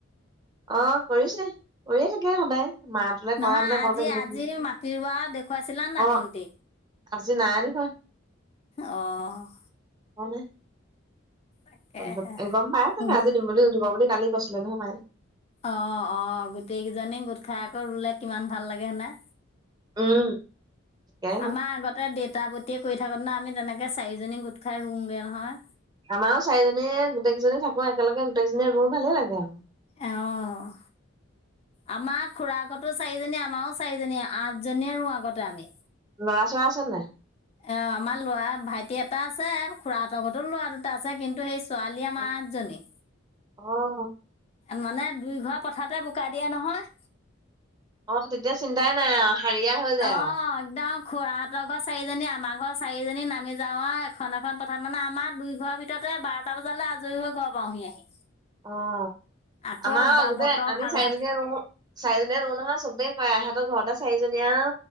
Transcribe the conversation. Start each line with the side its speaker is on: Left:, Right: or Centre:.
Right: অ' কৰিছে। কৰিয়ে থাকে সদায়। মাহঁতলে
Left: নহয়
Right: কৰা মানে,
Left: আজি
Right: কৰোতে গোটেইখিনি
Left: আজি
Right: কথা,
Left: মাটি ৰোৱা দেখুৱাইছিলা নাই
Right: অ'।
Left: ভন্টিক?
Right: আজি নাই দেখা।
Left: অ'।
Right: নাই।
Left: তাকেহে
Right: <unintelligible> গম পাই চাগে,
Left: গোট
Right: আজি দিম বুলি উঠিব বুলি কালি কৈছিলে নহয় মাই।
Left: অ' অ' গোটেই কেইজনী গোট খাই আকৌ ৰুলে কিমান ভাল লাগে হয় নাই।
Right: উম, তাকেহে
Left: আমাৰ আগতে ডেট গোটা পতিয়ে কৰি থাকোঁতে না আমি তেনেকে চাৰিজনী গোট খাই ৰুওঁগৈ নহয়।
Right: আমাৰো চাৰিজনীয়ে গোটেইজনী থাকো একেলগে। গোটেইজনীয়ে ৰুওঁ ভালেই লাগে আৰু।
Left: অ', আমাৰ খুৰা ঘৰতো চাৰিজনী। আমাৰও চাৰিজনীয়ে। আঠজনীয়ে ৰুওঁ আগতে আমি।
Right: ল'ৰা চৰা আছে নাই?
Left: অ', আমাৰ লৰা ভাইটি এটা আছে। খুৰাহঁতৰ ঘৰতো ল'ৰা দুটা আছে। কিন্তু, সেই ছোৱালী আমাৰ
Right: অ',
Left: আঠজনী।
Right: অ'।
Left: মানে দুই ঘৰ পথাৰতে বোকা দিয়ে নহয়।
Right: অ', তেতিয়া চিন্তাই নাই আৰু হাৰিয়া হৈ যায়
Left: অ',
Right: আৰু।
Left: একদম খুৰাহঁতৰ ঘৰ চাৰিজনী, আমাৰ ঘৰ চাৰিজনী। নামি যাওঁ আৰু এখন এখন পথাৰত। মানে আমাৰ দুই ঘৰৰ ভিতৰত বাৰটা বজালৈ আজৰি হৈ ঘৰ পাওঁহি আহি।
Right: অ',
Left: আকৌ
Right: আমাৰ
Left: বা
Right: আগতে
Left: বতৰ
Right: আমি
Left: ভাল
Right: চাৰিজনীয়ে
Left: থাক
Right: ৰুওঁ। চাৰিজনীয়ে ৰুওঁ নহয়। চবে কয় আও, সিহেঁত তহঁতৰ ঘৰতে চাৰিজনীয়ে আও।